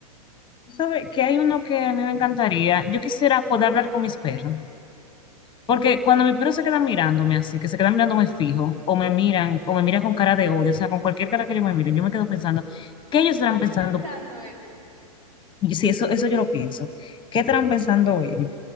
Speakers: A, on the left (about 25°); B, on the right (about 70°).
A: Tú sabes que hay uno que a mí me encantaría. Yo quisiera poder hablar con mis perros. Porque cuando mis perros se quedan mirándome así, que se quedan mirándome fijo,
B: <laughs>
A: o
B: ¿Qué
A: me miran, o me miran con cara de odio, o sea, con cualquier cara que yo me mire, yo me quedo pensando, ¿qué ellos estarán
B: estará
A: pensando?
B: pensando este?
A: Y si eso, eso yo lo pienso, ¿qué estarán pensando ellos?